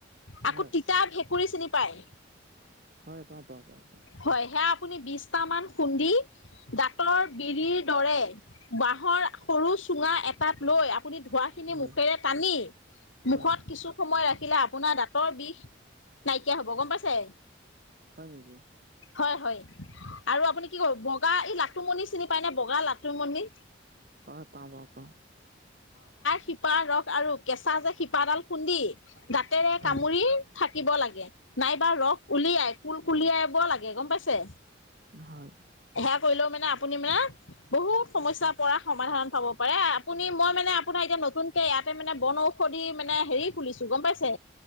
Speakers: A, on the left (about 80°); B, on the right (about 50°).
A: <unintelligible>
B: হয়,
A: তিতা ভেকুৰী চিনি পায়,
B: হয়, পাওঁ, পাওঁ, পাওঁ, পাওঁ,
A: হয় সেয়া বিশটা মান খুন্দি দাঁতৰ বিৰিত দৰে বাহঁৰ সৰু চুঙা এটাত লৈ আপুনি ধোৱা খিনি
B: হয়,
A: মুখেৰে টানি মুখত
B: হয়,
A: কিছু সময় ৰাখি আহখিলে আপোনাৰ দাঁতৰ বিষ নাইকিয়া হ'ব গম পাইছে
B: হয় নেকি
A: হয় হয় আৰু আপুনি কি ক বগা এই লাতুমণি চিনি পায় ন বগা লাতুমণি
B: ঘ তবক
A: শিপা ৰস আৰু কেঁচা চাহ যে শিপাডাল খুন্দি দাঁতেৰে
B: হয়,
A: কামুৰি ল নাইবা ৰস উলিয়াই উলিয়াব লাগে গম পাইছে
B: হয়,
A: সেয়া কৰিলো মানে আ- পূৰ্ণিমা বহুত সমস্যা পৰা সমাধান পাব পাৰে আপুনি মই মানে আপোনাৰ এতিয়া নতুনকে ইয়াতে মানে বন ঔষধি মানে হেৰি খুলিছো গম পাইছে